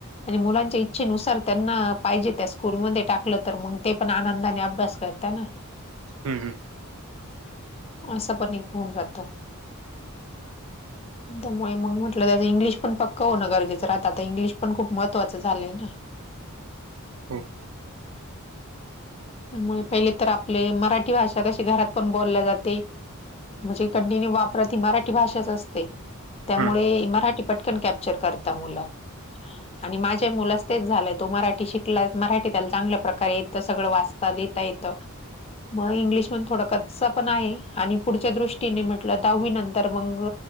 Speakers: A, on the left (about 30°); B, on the right (about 70°).
A: आणि मुलांच्या इच्छेनुसार त्यांना पाहिजे त्या स्कूलमध्ये टाकलं तर मग ते पण आनंदाने अभ्यास करता ना.
B: हम् हम्.
A: असं पण एक होऊन जात. त्यामुळे मग म्हटल त्याचं इंग्लिश पक्क होणं गरजेचं राहत-आता इंग्लिश पण खूप महत्वाचं झालंय ना.
B: हो.
A: त्यामुळे पहिले तर आपले मराठी भाषा कशी घरात पण बोलल्या जाते. म्हणजे कंटिन्यू वापरत ही मराठी भाषेच असते, त्यामुळे
B: हं,
A: मराठी ती पटकन कॅप्चर करता मुल. आणि माझ्या मुलास तेच झालंय तो मराठी शिकलाय मराठी त्याला चांगल्या प्रकारे येत सगळं वाच ता लिहिता येत. मग इंग्लिश पण थोडा कच्चा पण आहे आणि पुढच्या दृष्टीने म्हटलं दहावी नंतर मग